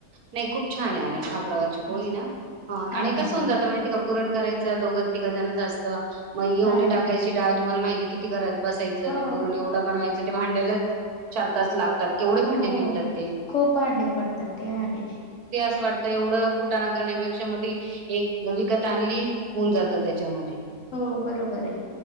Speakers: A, on the right; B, on the left.
A: नाही खूप छान आहे आणि कापरा
B: अच्छा हा
A: आणि कस
B: हा
A: होऊन
B: हा
A: जात माहिती का परण कराच दोघ तिघ जणच असत मग एवढी
B: हा
A: टाकायची डळ तुम्हाला माहिती किती करा बसायं
B: हो
A: ते पुरण एवढं बनवायचं भांड्यालाच चार तास लागतात केवढे भांडे
B: हो
A: निघतात ते
B: खूप भांडे पडतात ते आहे.
A: वाटत एवढं कुटाणा करण्यापेक्षा मध्ये एक विकत आणली होऊन जातं त्याच्यामध्ये
B: हो बरोबर आहे